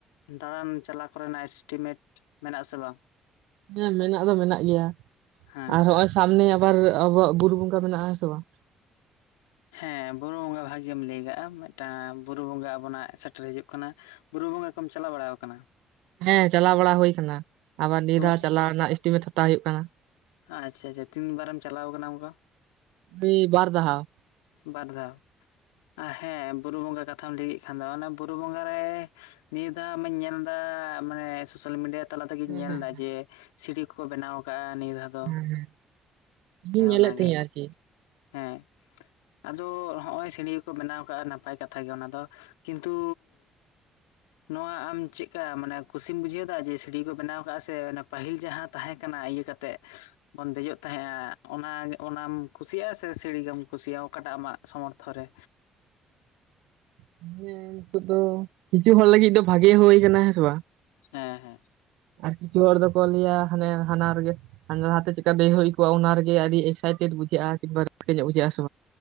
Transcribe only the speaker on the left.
ᱫᱟᱬᱟᱱ ᱪᱟᱞᱟᱣ ᱠᱚᱨᱮᱱᱟᱜ ᱮᱥᱴᱤᱢᱮᱴ ᱢᱮᱱᱟᱜ ᱟᱥᱮ ᱵᱟᱝ?
ᱦᱮᱸ
ᱦᱮᱸ ᱵᱩᱨᱩ ᱵᱚᱸᱜᱟ ᱵᱷᱟᱜᱮᱢ ᱞᱟᱹᱭ ᱠᱟᱜᱼᱟ᱾ ᱢᱤᱫᱴᱟᱝ ᱵᱩᱨᱩ ᱵᱚᱸᱜᱟ ᱟᱵᱚᱱᱟᱜ ᱥᱮᱴᱮᱨ ᱦᱤᱡᱩᱜ ᱠᱟᱱᱟ ᱵᱩᱨᱩ ᱵᱚᱸᱜᱟ ᱠᱚᱢ ᱪᱟᱞᱟᱣ ᱵᱟᱲᱟᱣ ᱠᱟᱱᱟ?
ᱛᱚ
ᱟᱪᱪᱷᱟ ᱟᱪᱪᱷᱟ ᱛᱤᱱᱵᱟᱨᱮᱢ ᱪᱟᱞᱟᱣ ᱠᱟᱱᱟ ᱚᱱᱠᱟ?
ᱵᱟᱨ ᱫᱷᱟᱣ ᱦᱮᱸ ᱵᱩᱨᱩ ᱵᱚᱸᱜᱟ ᱠᱟᱛᱷᱟᱢ ᱞᱟᱹᱭᱮᱫ ᱠᱷᱟᱱ ᱫᱚ ᱚᱱᱟ ᱵᱩᱨᱩ ᱵᱚᱸᱜᱟ ᱨᱮ ᱱᱤᱭᱟᱹ ᱫᱷᱟᱣ ᱢᱟᱧ ᱧᱮᱞ ᱮᱫᱟ ᱢᱟᱱᱮ ᱥᱳᱥᱟᱞ ᱢᱤᱰᱤᱭᱟ ᱛᱟᱞᱟ ᱛᱮᱜᱮᱧ
ᱧᱮᱞ
ᱮᱫᱟ ᱡᱮ ᱥᱤᱲᱤ ᱠᱚᱠᱚ ᱵᱮᱱᱟᱣ ᱟᱠᱟᱫᱟᱼᱟ᱾ ᱱᱤᱭᱟᱹ ᱫᱷᱟᱣ ᱫᱚ
ᱦᱮᱸ
ᱚᱱᱟᱜᱮ
ᱦᱮᱸ ᱟᱫᱚ ᱦᱚᱜᱼᱚᱭ ᱥᱤᱲᱤᱠᱚ ᱵᱮᱱᱟᱣ ᱠᱟᱜᱼᱟ᱾ ᱱᱟᱯᱟᱭ ᱠᱟᱛᱷᱟ ᱜᱮ ᱚᱱᱟ ᱫᱚ ᱠᱤᱱᱛᱩ ᱱᱚᱣᱟ ᱟᱢ ᱪᱮᱫᱠᱟ ᱢᱟᱱᱮ ᱠᱩᱥᱤᱢ ᱵᱩᱡᱷᱟᱹᱣᱮᱫᱟ ᱡᱮ ᱥᱤᱲᱤ ᱠᱚ ᱵᱮᱱᱟᱣ ᱟᱠᱟᱫ ᱥᱮ ᱯᱟᱹᱦᱤᱞ ᱡᱟᱦᱟᱸ ᱛᱟᱦᱮᱸ ᱠᱟᱱᱟ ᱠᱟᱛᱮ ᱵᱚᱱ ᱫᱮᱡᱚᱜ ᱛᱟᱦᱮᱸᱜᱼᱟ ᱚᱱᱟ ᱚᱱᱟᱢ ᱠᱩᱥᱤᱭᱟᱜᱼᱟ ᱥᱮ ᱥᱤᱲᱤ ᱜᱮᱢ ᱠᱩᱥᱤᱭᱟᱜᱼᱟ? ᱚᱠᱟᱴᱟᱜ ᱟᱢᱟᱜ ᱥᱢᱚᱨᱛᱷᱚ ᱨᱮ
ᱦᱮᱸ ᱦᱮᱸ